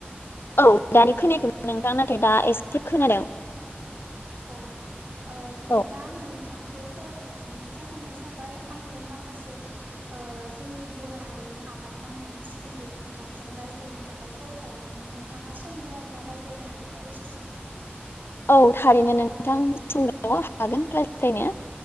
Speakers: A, on the left (about 70°); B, on the right (about 55°).
A: औ दानि खोनायाखैमोन नोंथां नाथाय दा एसे खोनादों।
B: अ बिदिब्ला
A: औ
B: आङो नों बिथांखौ कल खालामनायनि जाहोना जाबाय आङो माखासे जोंनि बर' हारि नि आबाद मावनायनि सोमोन्दै नोंथांजों रायज्लायनो थाखाय कल खालामदोंमोन नोंथाङा सम दङब्ला रायज्लाय सलायनो हागोन ना दसे सम
A: औ थारैनो नोंथां दसे हागोन रायलायनो